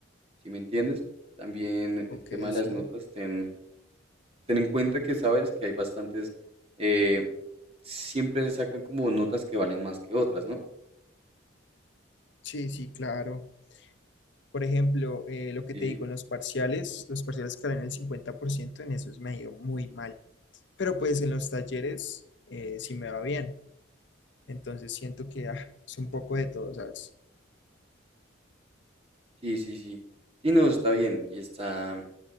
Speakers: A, on the right (about 30°); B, on the left (about 60°).
A: ¿sí me entiendes? También
B: Ok,
A: el tema de
B: sí,
A: las notas, ten, ten en cuenta que sabes que hay bastantes, eh, siempre se sacan como notas que valen más que otras, ¿no?
B: sí, sí, claro. Por ejemplo, eh, lo que
A: Sí,
B: te digo en los parciales, los parciales que en el 50% en esos me ha ido muy mal, pero pues en los talleres eh, sí me va bien Entonces siento que ah, es un poco de todo, ¿sabes?
A: sí, sí, sí. Sí, no, está bien. Y está,